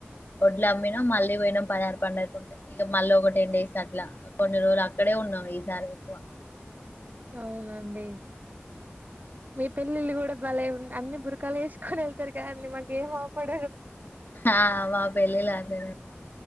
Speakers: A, on the left; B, on the right.
A: వొడ్లమ్మినం మళ్ళీ బొయినం పనార పండుగకుంటే ఇగ మళ్ళీ ఒక టెన్ డేస్ అట్లా కొన్ని రోలు అక్కడే ఉన్ ఉన్నం ఈ సారెక్కువ
B: <inaudible> అవునండి మీ పెళ్ళిళ్ళు గుడ బలే ఉన్ అన్ని బుర్కాలే ఏసుకొని వెళ్తారు కదండి మాకేం అవ్పడ్
A: ఆ మా పెల్లిలాజే